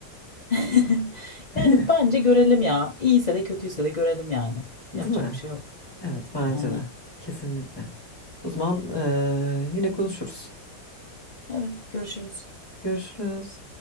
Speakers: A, on the left (about 75°); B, on the left (about 15°).
A: <laughs>
B: <laughs>
A: Yani bence görelim ya. İyiyse de kötüyse de görelim yani.
B: Değil
A: Yapacak
B: mi?
A: bir şey yok.
B: Evet bence
A: Aynen.
B: de. Kesinlikle. O zaman eee, yine konuşuruz.
A: Evet, görüşürüz.
B: Görüşürüz.